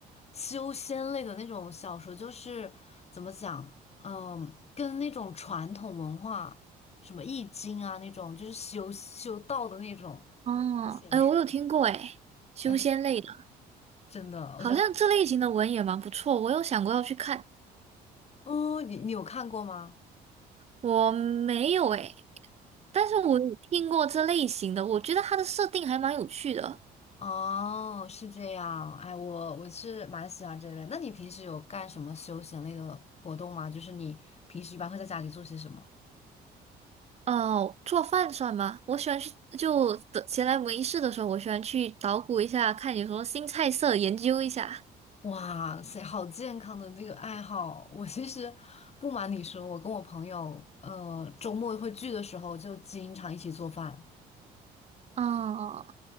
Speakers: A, on the left (about 40°); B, on the right (about 40°).
A: 修仙类的那种小说，就是怎么讲，嗯，跟那种传统文化，什么易经啊那种，就是修修道的那种，
B: 哦，
A: 我想说，
B: 哎，我有听过哎，修仙类的，
A: 哎。真的，
B: 好像这类型的文也蛮不错，
A: 我觉得
B: 我有想过要去看，
A: <laughs>，哦，你你有看过吗？
B: 我没有哎，但是我有听过这类型的，我觉得它的设定还蛮有趣的。
A: 哦，是这样，哎，我我是蛮喜欢这类。那你平时有干什么休闲类的活动吗？就是你平时一般会在家里做些什么？
B: 哦，做饭算吗？我喜欢去，就的闲来无事的时候，我喜欢去捣鼓一下，看有什么新菜色，研究一下。
A: 哇塞，好健康的这个爱好！我其实不瞒你说，我跟我朋友，呃，周末会聚的时候就经常一起做饭。
B: 哦，